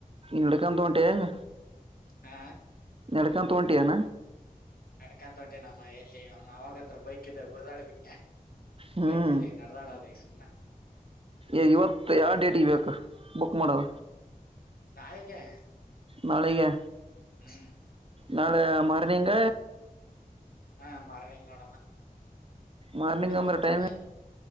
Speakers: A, on the right; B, on the left.
A: ನಡಕೊಂತ ಹೊಂಟಿ ಈಗ.
B: ಹಾ.
A: ನಡಕೊಂತ ತೋಟಿಯಾನ.
B: ನಡಕಂತ ಹೊಂಟಿ ನಮ್ಮ ಎಲ್ಲಿ ಅವ ಅವಾಗಂದ್ರ ಬೈಕ್ ಇದ್ದ ಗುರ್ದಾಳ ಬಿಟ್ಟನೆ.
A: ಹ್ಮ್
B: ಬೈಕ್ ಇಲ್ಲ ನಡದಾಡದ ಈ ಸುಮನೆ.
A: ಏ ಇವತ್ತು ಯಾವ ಡೇಟ್ ಇಬೇಕ ಬುಕ್ ಮಾಡ್ರ.
B: ನಾಳೆಗೆ.
A: ನಾಳೆಗೆ.
B: ಹ್ಮ್.
A: ನಾಳೆ ಮಾರ್ನಿಂಗ.
B: ಹಾ ಮಾರ್ನಿಂಗ ನೋಡಮ್ಮ.
A: ಮಾರ್ನಿಂಗ್
B: ಮಳಿ
A: ಅಂದ್ರ
B: ಬಂತಮ್ಮ
A: ಟೈಮ್
B: ಇದ